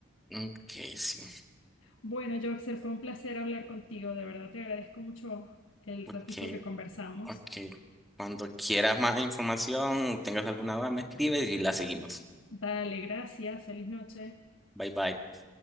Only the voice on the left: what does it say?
Bueno, Joxer, fue un placer hablar contigo, de verdad te agradezco mucho el
ratico que conversamos.
Dale, gracias, feliz noche.